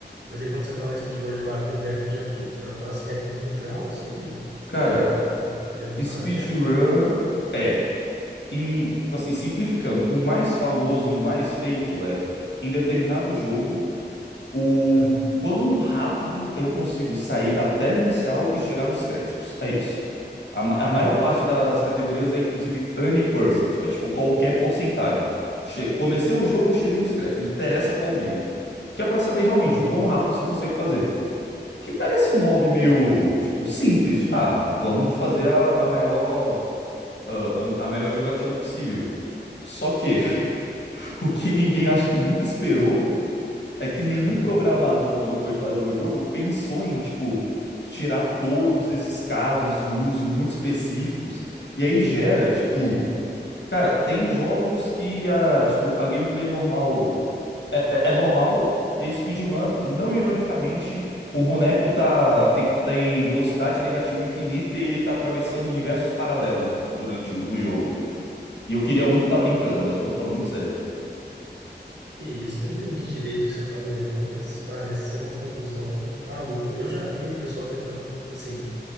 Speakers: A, on the right (about 75°); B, on the left (about 80°).
A: Mas aí quando você fala em speedrun de bater um recorde é o quê? Os caras fazem recorde mundial assim de
B: Cara,
A: tenta, tenta, tenta ficar
B: speedrun
A: batendo?
B: é, em, tipo assim, simplificando, o mais famoso e o mais feito é, em determinado jogo, o
A: Uhum,
B: quão rápido eu consigo sair da tela inicial e chegar nos créditos. É isso. A, ma-
A: entendi,
B: a maior parte da- das categorias é, inclusive, any percent, que é tipo qualquer porcentagem. Che- comecei o jogo, cheguei nos créditos, não interessa qual meio. Que é pra saber realmente
A: entendi.
B: o quão rápido você consegue fazer. que parece um hobby meio,
A: Que isso?
B: tipo, simples. Tipo,
A: Uhum.
B: ah, vamos fazer a, a maior, ah, o- a melhor jogatina possível. Só que
A: Sim,
B: <laughs> o que ninguém acho que nunca esperou é que nenhum
A: <laughs>
B: programador, quando foi fazer o jogo, pensou em, tipo, tirar todos esses casos de uso muito específicos. E aí gera, tipo,
A: entendi.
B: Cara, tem jogos que a, tipo, a gameplay normal é, é- é normal e a speedrun, não ironicamente, o boneco tá tem, tem velocidade negativa infinita e ele tá atravessando universos paralelos durante o jogo. E eu queria muito tá brincando, mas eu tô falando muito sério.
A: Que isso, eu não entendi direito o que você falou aí, não, mas parece ser uma conclusão maluca. Eu já vi um pessoal tentando, assim,